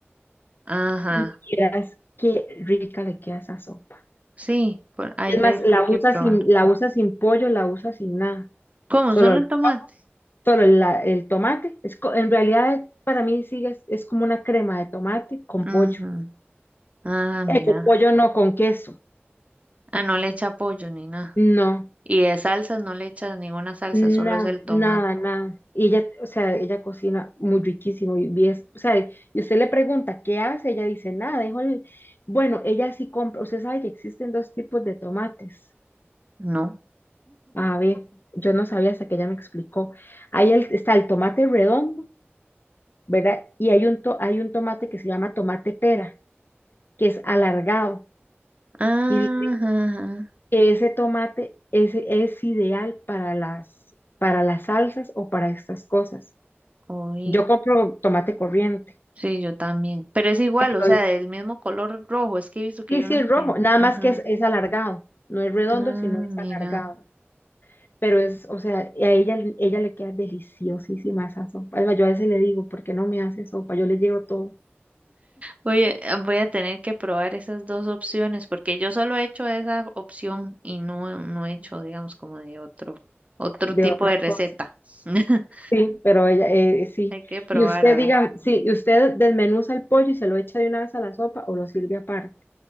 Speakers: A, on the right; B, on the left.
A: Ajá,
B: y vieras qué rica le queda esa sopa.
A: sí, por, hay
B: Es
A: veces
B: más, la
A: que hay que
B: usa
A: probar.
B: sin, la usa sin pollo, la usa sin nada,
A: ¿Cómo?
B: solo,
A: ¿Solo en tomate?
B: solo la- el tomate. Es, co- en realidad, para mí sigue, es, es como una crema de tomate con
A: Ujú.
B: pollo.
A: Ah,
B: Eh,
A: mira.
B: con pollo no, con queso.
A: Ah, no le echa pollo ni nada.
B: No.
A: Y de salsas no le echa ninguna salsa,
B: Nada,
A: solo es el tomate.
B: nada, nada. Y ella, o sea, ella cocina muy riquísimo y bien, o sea, y usted le pregunta, ¿qué hace? Ella dice, nada, dejo el... Bueno, ella sí compra, usted sabe que existen dos tipos de tomates.
A: No.
B: A ver, yo no sabía hasta que ella me explicó. Ahí el- está el tomate redondo, ¿verdad? Y hay un, to- hay un tomate que se llama tomate pera, que es alargado.
A: Ajá,
B: Y dice
A: ajá.
B: que ese tomate es, es ideal para las, para las salsas o para estas cosas.
A: Oí.
B: Yo compro tomate corriente.
A: Sí, yo también. Pero es igual,
B: pero
A: o sea, del mismo color rojo. Es que he visto que
B: Sí,
A: hay unos
B: sí, es rojo,
A: que.
B: nada
A: Ajá.
B: más que es, es alargado, no es redondo,
A: Ah,
B: sino es
A: mira.
B: alargado. Pero es, o sea, a ella, ella le queda deliciosísima esa sopa. Además, yo a veces le digo, ¿por qué no me hace sopa? Yo le llevo todo
A: Oye, ah, voy a tener que probar esas dos opciones porque yo solo he hecho esa opción y no, no he hecho, digamos, como de otro, otro
B: de
A: tipo
B: otra
A: de receta.
B: cosa.
A: <laughs>
B: Sí, pero ella, eh, eh, sí.
A: Hay que probar
B: Y usted
A: a ver.
B: diga, sí, y usted desmenuza el pollo y se lo echa de una vez a la sopa o lo sirve aparte